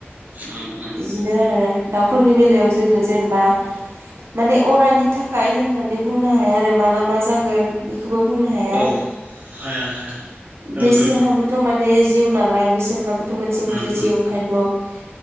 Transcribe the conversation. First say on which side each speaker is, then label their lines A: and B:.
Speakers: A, on the right; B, on the right.
A: उम उम
B: इदिनो आरो दाउफोरनि बेलायाव जोङो जेनेबा माने अरायनि थाखाय होननानै बुंनो हाया आरो माला मा जागोन खौबो बुंनो हाया
A: औ हाया हाया नंगौ
B: बिसोरहाबोथ' माने जिउ नालाय बिसोर नाबोथ' मोनसे
A: उम
B: जिउ
A: उम
B: ओंखायनोथ'